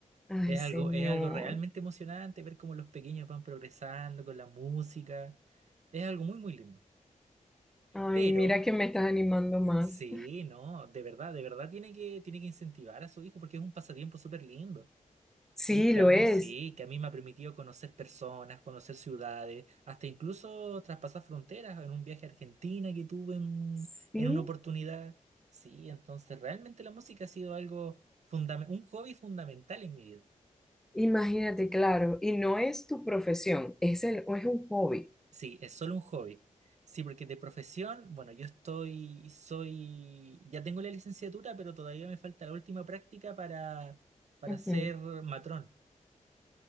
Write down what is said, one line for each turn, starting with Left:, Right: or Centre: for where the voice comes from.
Centre: Ay,
Right: Es
Centre: señor.
Right: algo, es algo realmente emocionante ver cómo los pequeños van progresando con la música. Es algo muy, muy lindo.
Centre: Ay,
Right: Pero
Centre: mira que me estás animando más.
Right: Sí, no, de verdad, de verdad tiene que, tiene que incentivar a su hijo porque es un pasatiempo súper lindo.
Centre: Sí,
Right: Sí, que
Centre: lo
Right: a mí,
Centre: es.
Right: sí, que a mí me ha permitido conocer personas, conocer ciudades, hasta incluso traspasar fronteras en un viaje a Argentina que tuve en,
Centre: Sí,
Right: en una oportunidad. Sí, entonces realmente la música ha sido algo fundamental, un hobby fundamental en mi vida.
Centre: imagínate, claro. Y no es tu profesión, es el, es un hobby.
Right: Sí, es solo un hobby. Sí, porque de profesión, bueno, yo estoy, soy, ya tengo la licenciatura, pero todavía me falta la última práctica para, para
Centre: Ujú.
Right: ser matrón.